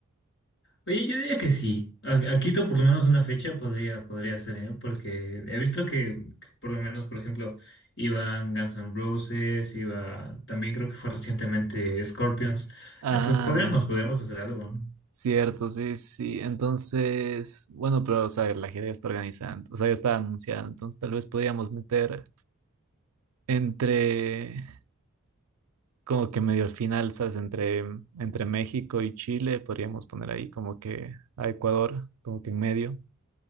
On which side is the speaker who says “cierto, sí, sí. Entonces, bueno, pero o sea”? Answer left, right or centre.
Right